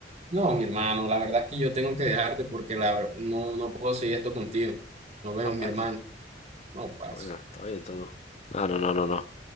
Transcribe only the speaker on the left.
No,
parce.
Bueno, está bien todo. No, Ah, no, no, no, no.